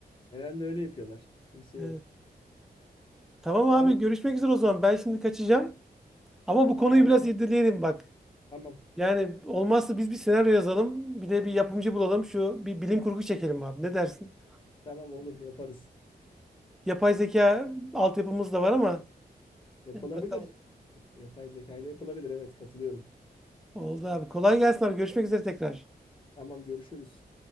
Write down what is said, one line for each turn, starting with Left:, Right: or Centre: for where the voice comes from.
Left: genelde öyle yapıyorlar. Kimse
Centre: Evet.
Left: yok.
Centre: Tamam
Left: Yani
Centre: abi görüşmek üzere o zaman. Ben şimdi kaçacağım. Ama bu konuyu
Left: tamam
Centre: biraz irdeleyelim bak.
Left: tamam
Centre: Yani olmazsa biz bir senaryo yazalım. Bir de bir yapımcı bulalım. Şu bir bilim kurgu çekelim abi. Ne dersin?
Left: tamam olur yaparız.
Centre: Yapay zeka altyapımız da var ama
Left: Yapılabilir.
Centre: e, bakalım.
Left: Yapay zeka ile yapılabilir evet katılıyorum.
Centre: Oldu abi. Kolay gelsin abi. Görüşmek üzere tekrar.
Left: Tamam görüşürüz.